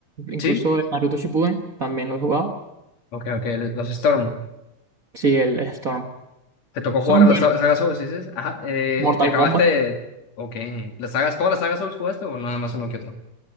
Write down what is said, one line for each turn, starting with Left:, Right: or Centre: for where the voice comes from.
Right: incluso
Left: sí,
Right: el Naruto Shippuden, también lo he jugado.
Left: ok, ok, los Storm.
Right: Sí, el Storm.
Left: ¿Te tocó
Right: Son,
Left: jugar
Right: bueno,
Left: las sa- sagas Souls? Dices, ajá, eh,
Right: Mortal
Left: ¿te acabaste?
Right: Kombat.
Left: Ok, ¿las sagas, todas las sagas Souls jugaste o nada más uno que otro?